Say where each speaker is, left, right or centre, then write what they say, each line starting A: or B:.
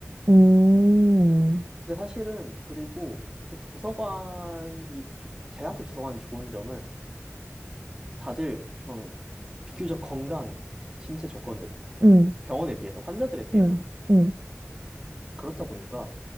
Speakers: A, on the right; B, on the right.
A: 음,
B: 근데 사실은 그리고 그래서 도서관이 조- 대학교 도서관 좋은 점은 다들 우선은 비교적 건강해 신체 조건들이
A: 응,
B: 병원에 비해서 환자들에 비해서는
A: 응, 응,
B: 그렇다 보니까